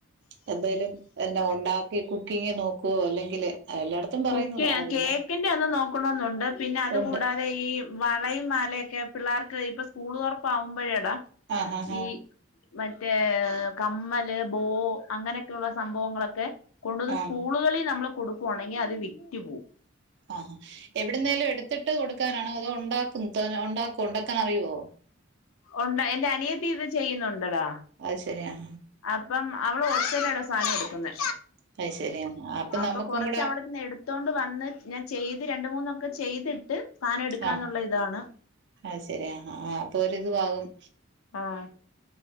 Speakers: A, on the right; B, on the left.
A: എന്തേലും എന്ന ഒണ്ടാക്കി കുക്കിംഗ് നോക്കോ അല്ലെങ്കില് എല്ലായിടത്തും പറയുന്നതാ
B: കുക്യെ ആ
A: പിന്നെ
B: കേക്കിന്റൊന്ന് നോക്കണോന്നുണ്ട് പിന്നെ അത്
A: ഉണ്ട്
B: കൂടാതെ പ്പ ഈ വളയും മാലയൊക്കെ പിള്ളേർക്ക് ഇപ്പ സ്കൂൾ തൊർപ്പാകുമ്പഴെടാ
A: ആഹ് ആഹ്
B: ഈ
A: ആഹ്
B: മറ്റേ കമ്മല് ബോ അങ്ങനെയൊക്കുള്ള സംഭവങ്ങളൊക്കെ കൊണ്ടുവന്ന്
A: ആഹ്
B: സ്കൂളുകളി നമ്മള് കൊടുക്കുവാണെങ്കി അത് വിറ്റ് പോം
A: ആഹാ എവ്ടെന്നേലും എടുത്തിട്ട് കൊടുക്കാനാണോ അതോ ഒണ്ടാക്കും തന്നെ ഒണ്ടാക്കോ ഒണ്ടാക്കാനറിയോ
B: ഒണ്ട് എന്റെ അനിയത്തി ഇത് ചെയ്യുന്നുണ്ടെടാ
A: അത് ശെരി ആഹ്
B: അപ്പം അവള് ഓൾസെയ്‌ലായിട്ട സാനെട്ക്കുന്നെ
A: അത് ശരി ആഹാ
B: അപ്പൊ
A: നമ്മുക്കും
B: കൊർച്ചവിട്ന്ന്
A: കൂടെ
B: എടു ത്തോണ്ട് വന്ന് ഞാൻ ചെയ്ത് രണ്ട് മൂന്നൊക്കെ ചെയ്തിട്ട് സാനം എടുക്കാന്നുള്ള
A: ആഹ്
B: ഇതാണ്
A: അത് ശെരി ആഹ് ഹ അപ്പൊരിതും ആവും
B: ആഹ്